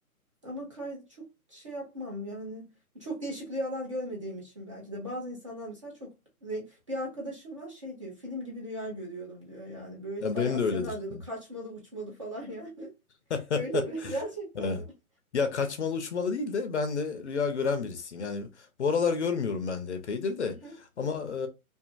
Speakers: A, on the right; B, on the left.
A: Ama kay çok şey yapmam yani. Çok değişik rüyalar görmediğim için belki de bazı insanlar mesela çok re- bir arkadaşım var şey diyor. Film gibi rüya görüyorum diyor. Yani böyle
B: Ya
A: bayağı
B: benim de
A: senaryolu
B: öyledir.
A: kaçmalı uçmalı falan yani. <laughs>
B: <laughs>
A: Öyle mi? <laughs> Gerçekten
B: Evet.
A: mi?
B: Ya kaçmalı uçmalı değil de ben de rüya gören birisiyim. Yani bu aralar görmüyorum ben de epeydir de
A: Hı hı.
B: ama e,